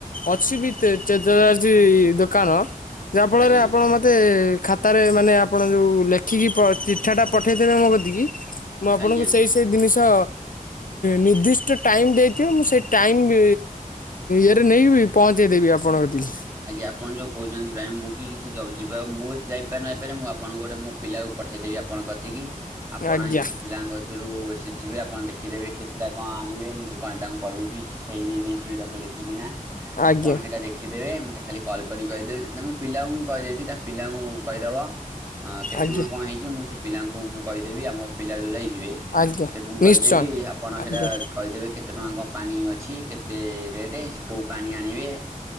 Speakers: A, on the left (about 70°); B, on the right (about 20°).
A: ଅଛି କି <unintelligible> ବିୀ <unintelligible> ଦୋକାନ ଯାହା ଫଳରେ
B: ଆଜ୍ଞା
A: ଆପଣ ମତେ ଖାତାରେ ମାନେ ଆପଣ ଯୋଉ ଲେଖିକି ଚିଠା ଟା ପଠେଇଥବେେ ମୋ କତିିକି ମୁଁ ଆପଣଙ୍କୁ
B: ଆଜ୍ଞା।
A: ସେଇ ସେଇ ଜିନିଷ ନିର୍ଦ୍ଦିଷ୍ଟ ଟାଇମ୍ ଦେଇଥିବ ମୁଁ ସେଇ ଟାଇମ ମୁ ୟରେ ନ ବି ପହଞ୍ଚେଇ ଦେବି ଆପଣ <unintelligible> କଦିକି
B: ଆଜ୍ଞା ଆପଣ ଯୋଉ କହୁଛନ୍ତି ଭାଇ ମୁଁ କି କିଛି ଯିବା ମୁଁ ଯାଇପାରେ ନପାରେ ମୁଁ ଆପଣଙ୍କ ଗୋଟେ ମୋ ପିଲା ପଠେଇଦେବି ଆପଣଙ୍କ କତିକି ଆପଣ
A: ଆଜ୍ଞା
B: ଆଇ ସେଠି ପିଲାଙ୍କ ରୁ ସେ ଯିବେ ଆପଣ ଆଣି ଦେଖି ଦେବେ <unintelligible> କେତେଟା କଣ ଆଣିଵେ ମୁଁ ତାଙ୍କୁ କହି ଦେଇ ଥିଵି <unintelligible> ଲେଖିକିନା
A: ଆଜ୍ଞା
B: ଆପଣ ସେଇଟା ଦେଖିଦେବେ ମତେ ମୋତେ ଖାଲି କଲ୍ କରି କହିଦେ ମୁଁ ପିଲାଙ୍କୁ ବି କହିଦେଇଥିଲି ତା ପିଲାଙ୍କୁ କହିଦବ ହଁ କେତେ
A: ଆଜ୍ଞା
B: ଟଙ୍କା କଣ ହେଇଛି, ମୁଁ ସେ ପିଲାଙ୍କୁ ମୁଁ କହିଦେବି ଆମ ପିଲା ଯୋଉ ଯାଇି ଯିବେ
A: ଆଜ୍ଞା
B: ସେଠୁ ମୁଁ
A: ନିଶ୍ଚୟ
B: କହିଦେବି ଆପଣ ସେଟା
A: ଆଜ୍ଞା
B: କହିଦେବେ କେତେ ଟଙ୍କା କଣ ପାଣି ଅଛି କେତେ ରେଟ ରେ ସେ କୋଉ ପାଣି ଆଣିବେ